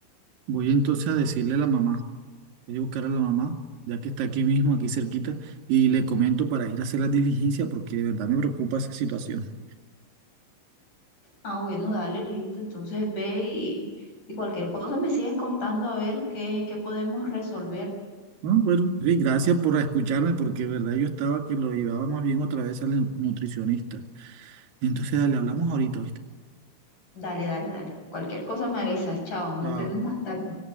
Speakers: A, on the right; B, on the left.
A: voy entonces a decirle a la mamá, voy a buscar a la mamá, ya que está aquí mismo, aquí cerquita, y le comento para ir a hacer la diligencia, porque de verdad me preocupa esa situación.
B: Ah, bueno, dale, listo. Entonces ve y, y cualquier cosa me sigues contando a ver qué, qué podemos resolver.
A: Ah, bueno, sí, gracias por escucharme, porque de verdad yo estaba que lo llevaba más bien otra vez al nu- nutricionista. Entonces, dale, hablamos ahorita, ¿viste?
B: Dale, dale, dale. Cualquier cosa me avisas. Chao, nos
A: Chao.
B: vemos más tarde.